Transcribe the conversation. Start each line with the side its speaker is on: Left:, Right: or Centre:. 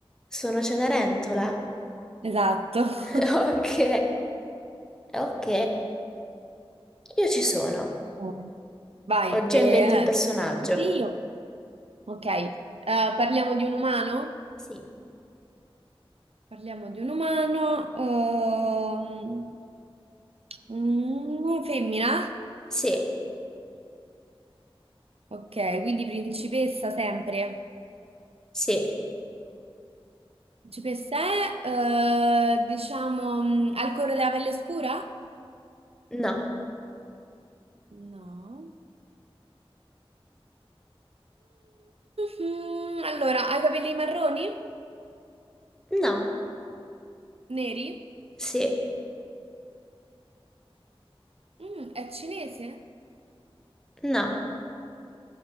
Centre: Sono Cenerentola.
Right: esatto.
Centre: <laughs>
Right: <laughs>
Centre: Ok, ok. Io ci sono.
Right: Oh. Vai,
Centre: Ho già
Right: e
Centre: in mente il personaggio.
Right: eh, io. Ok, eh, parliamo di un umano?
Centre: Sì.
Right: Parliamo di un umano. ehm, mm, femmina?
Centre: Sì,
Right: Ok, quindi principessa sempre.
Centre: sì,
Right: Principessa è, eh, diciamo, mm, al colore della pelle scura?
Centre: no,
Right: No. Mm, <laughs> allora, ha i capelli marroni?
Centre: no,
Right: Neri?
Centre: sì,
Right: Mm, è cinese?
Centre: no,